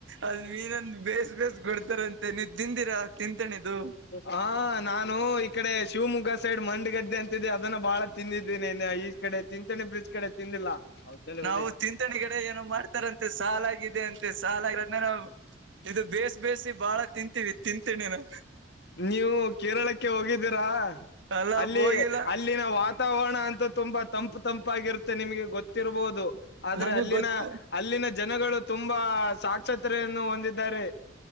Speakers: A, on the right; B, on the left.
A: ಅದ ಮೀನಂದ ಬೇಸ್ ಬೇಸ್ ಕೊಡ್ತಾರಂತೆ ನೀವ್ ತಿಂದಿರಾ ತಿಂತಣಿದು
B: ಹಾ ನಾನು ಈ ಕಡೆ ಶಿವಮೊಗ್ಗ ಸೈಡ್ ಮಂಡ್ ಗದ್ದೆ ಅಂತಿದ್ದೆ ಅದನ್ನ ಬಾಳ ತಿಂದಿದ್ದೀನೆ ಈ ಈ ಕಡೆ ತಿಂತನೆ ಬ್ರಿಜ್ ಕಡೆ ತಿಂದಿಲ್ಲಾ ಹೌದಲ್ಲೆ
A: ನಾವು
B: ಹುಲಿ
A: ತಿಂತಣಿ ಕಡೆ ಏನೋ ಮಾಡ್ತಾರಂತೆ ಸಾಲಾಗಿದೆ ಅಂತೆ ಸಾಲ ಅ ನಾವು ಇದು ಬೇಸ್ ಬೇಸಿ ಬಹಳ ತಿಂತೀವಿ ತಿಂತಿ <unintelligible>
B: ನೀವು ಕೇರಳಕ್ಕೆ ಹೋಗಿದ್ದೀರಾ
A: ಅಲ್ಲ
B: ಅಲ್ಲಿ
A: ಹೋಗಿಲ್ಲ
B: ಅಲ್ಲಿನ ವಾತಾವರ ವರಣ ಅಂತ ತುಂಬಾ ತಂಪ್ ತಂಪಾಗಿರುತ್ತೆ ನಿಮ್ಗೆ ಗೊತ್ತಿರ್ಬಹುದು ಆದ್ರೆ
A: ನಮಗ್
B: ಅಲ್ಲಿನ
A: ಗೊತ್ತ
B: ಅಲ್ಲಿನ ಜನಗಳು ತುಂಬಾ ಸಾಕ್ಷತೆಯನ್ನು ಹೊಂದಿದ್ದಾರೆ